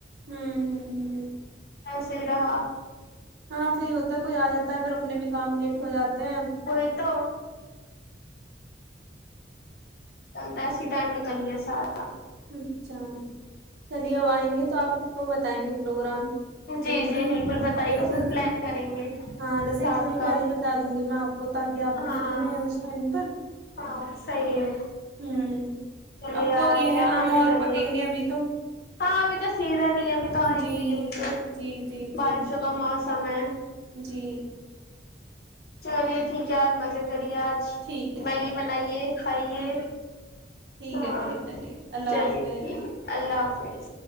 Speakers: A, on the right; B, on the left.
A: ہمم ہمم ہمم
B: ایسے ہی رہا
A: ہاں وہی ہوتا ہے کوئی آ جاتا ہے پھر اپنے بھی کام لیٹ ہو جا تا ہے
B: وہی تو چل تا ایسی ٹائم نکل گیا سارا
A: اچھا چلیے اب آئیں گے تو آپ کو بتائیں گے پروگرام
B: جی
A: ایک دو
B: جی
A: دن
B: بالکل بتائیے
A: ایک
B: گا
A: دو
B: پھر
A: دن
B: پلان کریں گے
A: ہاں جیسے
B: ساتھ
A: ایک دو دن
B: کا
A: پہلے بتا دوں گی میں آپ کو تاکہ آپ
B: ہاں
A: بھی فری ہیں اس ٹائم پر
B: ہاں صحیح ہے
A: ہوں
B: چلیے
A: اب تو
B: آج
A: یہ ہے
B: آپ
A: آم
B: مزے
A: اور
B: کریے
A: پکیں گے ابھی تو
B: ہاں ا تو سیزن ابھی تو
A: جی
B: آئیں گے یہ آم تو
A: جی جی
B: بارشوں
A: جی
B: کا موسم سمے
A: جی
B: چلیے ٹھیک ہے آپ مزے کر آج
A: ٹھیک ہے
B: میگی
A: چلیے
B: بنائیے کھائیے
A: ٹھیک
B: ہاں
A: ہے ٹھیک ہے چلیے اللہ
B: چلیے
A: حافظ
B: ٹھیک اللہ حافظ